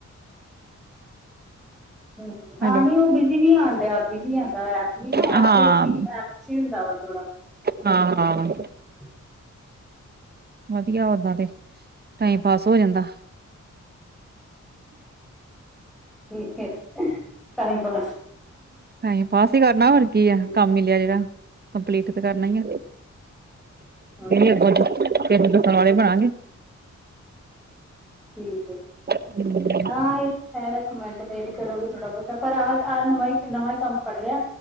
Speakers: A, in the centre; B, on the right (about 35°).
A: ਹੂੰ, ਹਾਂ
B: ਹੈਲੋ
A: ਨਈਂ ਓ ਬਿਜੀ ਵੀ ਆਨ ਡੇਆ ਬਿਜੀ ਆਂਦਾ ਐਪ ਵੀ ਨਾ
B: ਹਾਂ,
A: ਐਪ ਵਿੱਚ ਵੀ ਐਪ ਛਿਨਦਾ ਵਾ ਥੋੜਾ।
B: ਹਾਂ-ਹਾਂ।
A: <inaudible>
B: ਵਦੀਆ ਓਦਾਂ ਤੇ, ਟਾਈਮ ਪਾਸ ਹੋ ਜਾਂਦਾ।
A: ਠੀਕ ਏ, ਟਾਈਮ ਪਾਸ
B: ਟਾਈਮ ਪਾਸ ਈ ਕਰਨਾ ਹੋਰ
A: ਠੀਕ
B: ਕੀ ਆ ਕੰਮ ਮਿਲਿਆ ਜੇੜਾ। ਕੰਪਲੀਟ ਤੇ ਕਰਨਾ ਈ ਆ,
A: ਹਾਂ
B: ਅੱਗੋਂ ਫੇਰ ਦੱਸਨ ਵਾਲੇ ਬਨਾਗੇ।
A: ਠੀਕ ਐ।
B: ਹੂੰ।
A: ਹਾਂ ਏ ਤੇ ਹੈ ਰਕਮੈਂਡ ਫੇਰ ਈ ਕਰੋਗੇ ਥੋੜਾ ਬੋਤਾ ਪਰ ਆਹ ਨਈ ਨਵਾਂ ਕੰਮ ਫੜ ਲੇਆ।